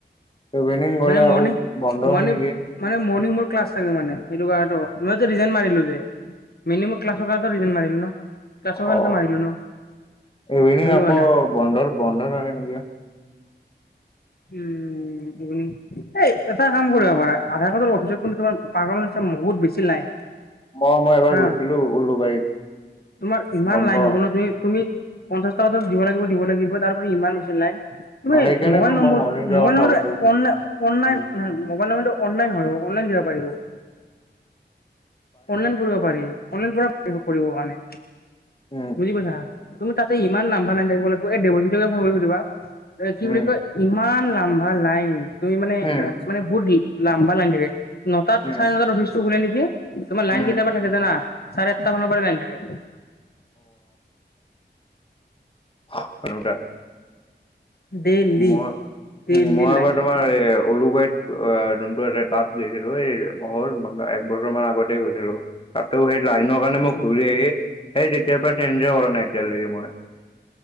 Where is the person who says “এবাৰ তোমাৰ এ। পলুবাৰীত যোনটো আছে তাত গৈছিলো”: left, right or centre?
Left